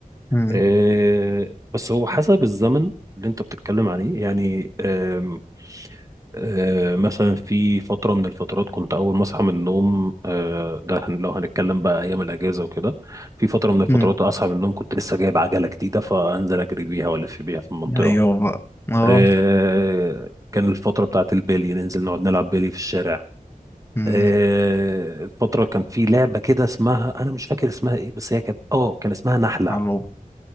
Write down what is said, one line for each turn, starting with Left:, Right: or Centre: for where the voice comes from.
Left: امم
Right: آه بس هو حسب الزمن اللي أنت بتتكلم عليه يعني آم، آه مثلا في فترة من الفترات كنت أول ما أصحى من النوم آه ده هن- لو هنتكلم بقى أيام الأجازة وكده في فترة من الفترات
Left: امم
Right: أصحى من النوم كنت لسه جايب عجلة جديدة فأنزل أجري بيها وألف بيها في المنطقة
Left: ايوه بقى اه
Right: آه، كان الفترة بتاعت البيلي ننزل نقعد نلعب بيلي في الشارع
Left: امم
Right: آه، فترة كان في لعبة كده اسمها أنا مش فاكر اسمها إيه بس هي كانت آه كان اسمها نحلة
Left: على الموبايل